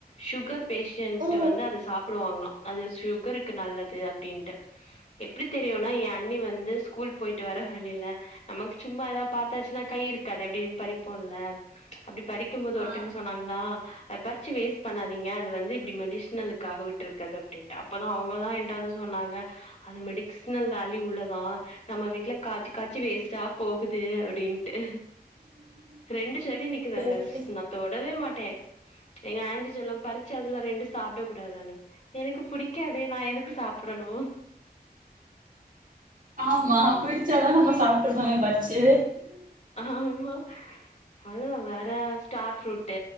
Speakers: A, on the left (about 45°); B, on the right (about 55°).
A: சுகர் பேஷன்ட்
B: ஓ
A: வந்து அத சாப்பிடுவாங்கலா அது சுகருக்கு நல்லது அப்படின்ட்டு எப்டி தெரியுன்னா ஏ அண்ணி வந்து ஸ்கூல் போயி்ட்டு வர வழில நமக்கு சும்மா ஏதா பாத்தாச்சுன்னா கை இருக்காது அப்டியே பறிப்போ இல்ல அப்டி பறிக்கும்போது
B: ஆமா
A: ஒருத்தங்க சொன்னாங்களா அத பறிச்சு வேஸ்ட் பண்ணாதீங்க அது வந்து இப்டி மெடிஸ் னலுக்காக விட்டு இருக்கது அப்படின்ட்டு அப்பதா அவங்கதா என்ட்டவந்து சொன்னாங்க அது மெடிக்சனல் வேல்யூ உள்ளதா நம்ம வீட்ல காச்சு காச்சி வேஸ்ட்டா போகுது அப்டின்ட்டு ரெண்டு செடி நிக்குது
B: சேரி
A: அத வச்சு
B: சேரி
A: நா தொடவே மாட்டே எங்க ஆண்ட்டி சொல்லும் பறிச்சு அதுல ரெண்டு சாப்பிட கூடாதானு எனக்கு புடிக்காதே நா எதுக்கு சாப்டணு
B: ஆமா
A: அப்டி
B: பிடிச்சாதா நம்ம
A: ம்
B: சாப்ட்ருபோமே பர்ச்சு
A: ஆமா அதா வேற ஸ்டார் ஃப்ரூட்